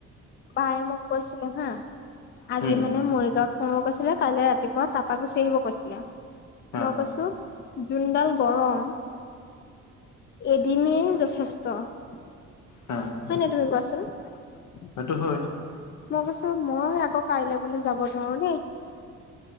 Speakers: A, on the left (about 35°); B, on the left (about 75°).
A: বায়ে মোক কৈছিলে হা আজি
B: হম
A: মানে মৰিগাঁও কৈছিলে কাইলে ৰাতিপুৱা তাৰপা গুচি আহিব কৈছিলে
B: হা
A: মই কৈছো জোনডাল গৰম এদিনেই যথেষ্ট হয়
B: হা
A: নাই তুমি কোৱা চোন
B: সেইটো হয়
A: মই কৈছো মই আকৌ কাইলৈ বুলি যাব নোৱাৰো দেই ।